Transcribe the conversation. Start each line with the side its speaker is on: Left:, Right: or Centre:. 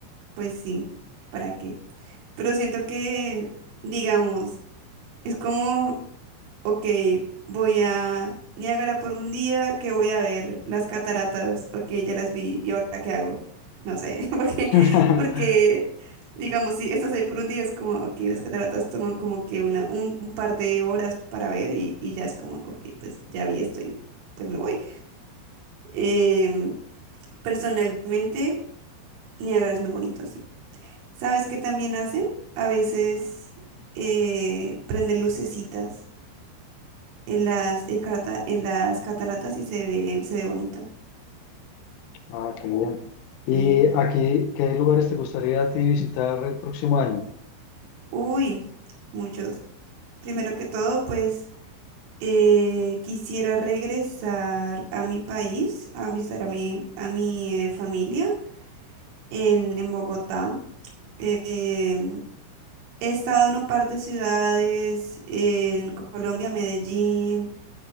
Right: Pues sí, ¿para qué? Pero siento que, digamos, es como Ok, voy a Niágara por un día que voy a ver las cataratas. Ok, ya las vi. ¿Y ahora qué hago? No sé, <laughs> porque,
Left: <laughs>
Right: porque digamos, si estás ahí por un día es como, ok, las cataratas toman como que una, un, un par de horas para ver y, y ya es como, ok, pues ya vi esto y pues me voy. Em, personalmente, Niágara es muy bonito, sí. ¿Sabes qué también hacen? A veces eh, prenden lucecitas en las, eh, carata- en las cataratas y se ve, se ve bonito.
Left: Ah, qué bien.
Right: Sí.
Left: ¿Y aquí qué lugares te gustaría a ti visitar el próximo año?
Right: Uy, muchos. Primero que todo, pues eh, quisiera regresar a mi país, a visitar a mi, a mi eh, familia en, en Bogotá. Eh, em, he estado en un par de ciudades, en Colombia, Medellín,